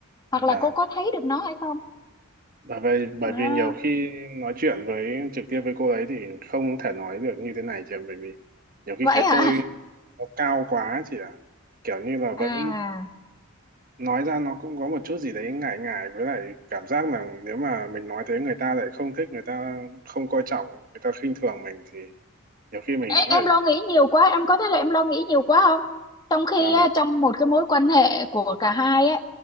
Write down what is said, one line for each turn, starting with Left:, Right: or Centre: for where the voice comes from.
Left: hoặc là
Right: dạ
Left: cô có thấy được nó hay không
Right: và bởi vì bởi
Left: Đó.
Right: vì nhiều khi nói chuyện với trực tiếp với cô ấy thì không thể nói được như thế này chị ạ, bởi vì nhiều khi
Left: vậy
Right: cái
Left: hả
Right: tôi nó cao quá chị ạ. Kiểu như là
Left: à
Right: vẫn nói ra nó cũng có một chút gì đấy ngại ngại với lại cảm giác là nếu mà mình nói thế người ta lại không thích người ta không coi trọng người ta khinh thường mình thì nhiều khi mình
Left: em,
Right: cũng
Left: em
Right: lại
Left: lo nghĩ nhiều quá em có thấy là em lo nghĩ nhiều quá không trong khi
Right: làm
Left: á,
Right: vào
Left: trong một cái mối quan hệ của cả hai á